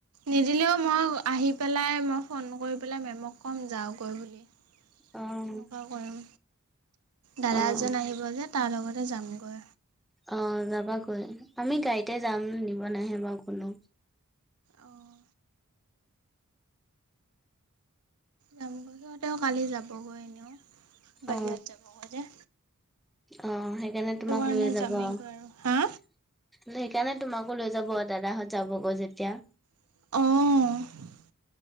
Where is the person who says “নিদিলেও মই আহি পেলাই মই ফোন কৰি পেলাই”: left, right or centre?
Right